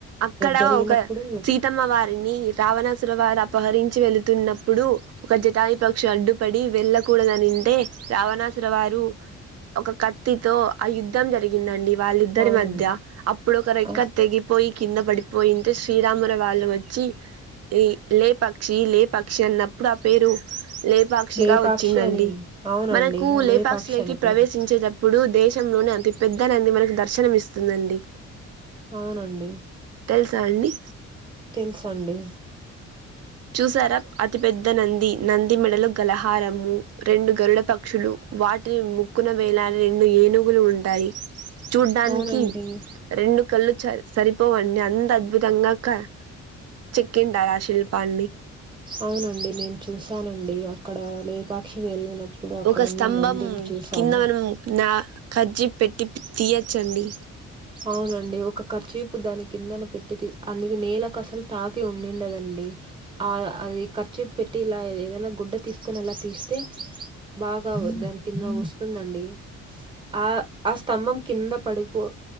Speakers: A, on the right; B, on the right.
A: అక్కడ
B: జరిగినప్పుడు
A: ఒక సీతమ్మ వార్ వెళ్ళి రావణాసుల వారు అపహరించి వెళ్ళతున్నప్పుడు, ఒక జటాయి పక్షు అడ్డుపడి, వెళ్ళకూడదనింటే రావణాసుర వారు ఒక కత్తితో ఆ యుద్ధం జరిగిందండి. వాళ్ళిద్దరి
B: అవునండి
A: మధ్య అప్పుడు ఒక రెక్క
B: ఆ
A: తెగిపోయి కింద పడిపోయింటే శ్రీరాముల వాళ్ళు వచ్చి ఈ లే పక్షి లే పక్షి అన్నప్పుడు ఆ పేరు లేపాక్షిగా
B: లేపాక్షి
A: వచ్చిందండి
B: అని అవునండి
A: మనకు లేపాక్షిలకి
B: లేపాక్షి అని పేరు
A: ప్రవేశించేటప్పుడు దేశంలోనే అతి పెద్దనంది మనకు దర్శనం ఇస్ స్తుందండి
B: అవునండి
A: తెలుసా అండి
B: తెలుసండి
A: చూశారా అతిపెద్ద నంది నంది మెడలు గలహారము రెండు గరుడ పక్షులు వాటిని ముక్కున వేలాని రెండు ఏనుగులు ఉంటాయి చూడ్డానికి
B: అవునండి
A: రెండు కళ్ళు చ సరిపోవండి అంత అద్భుతంగా క చెక్కింటారు ఆ శిల్ప పాన్ని
B: అవునండి నేను చూసానండి అక్కడ లేపాక్షి వెళ్ళినప్పుడు అక్కడున్న
A: ఒక స్తంభం
B: నందిని చూశాను
A: కింద మనం నా ఖజ్జి పెట్టి తీయచ్చండి.
B: అవునండి ఒక ఖర్చు ప్పు దాని కిందన పెట్టి అందుది నేలలకు అసలు తాగి ఉండిందెలెన్ అ ఆ అది ఖర్చిప్ పెట్టి ఇలా ఏదైనా గుడ్డ తీసుకొని ఇలా తీస్తే బాగా దాని కింద వస్తుందండి ఆ ఆ స్తంభం కింద పడిపో